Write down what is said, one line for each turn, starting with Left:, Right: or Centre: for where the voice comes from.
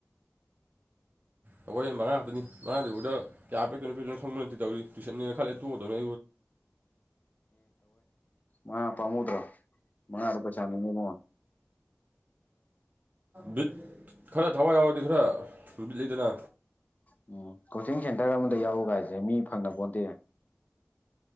Right: ꯑꯩꯈꯣꯏ ꯃꯉꯥ ꯉꯥꯛꯇꯅꯤ ꯃꯉꯥꯗꯨꯐꯥꯎꯗ ꯀꯌꯥ ꯄꯤꯛꯇꯅꯣ ꯄꯤꯛꯇꯅꯣ ꯈꯪꯕ ꯅꯠꯇꯦ ꯇꯧꯔꯤ ꯇ꯭ꯌꯁꯟꯅꯤꯅ ꯈꯜꯦ ꯇꯣꯡꯗꯧꯅ
Left: ꯃꯥ ꯄꯥꯝꯃꯨꯗ ꯃꯥꯉꯔ ꯄꯩꯁꯥꯅꯤ ꯃꯃ
Right: ꯕꯤꯠ ꯈꯔ ꯊꯋꯥꯏ ꯌꯥꯎꯔꯗꯤ ꯈꯔ ꯁꯃꯤꯠ ꯂꯩꯇꯅ
Left: ꯎꯝ ꯀꯣꯆꯤꯡ ꯁꯦꯟꯇꯔ ꯑꯃꯗ ꯌꯥꯎꯕ ꯀ ꯍꯥꯏꯁꯦ ꯃꯤ ꯐꯪꯅꯕ ꯄꯣꯟꯗꯦ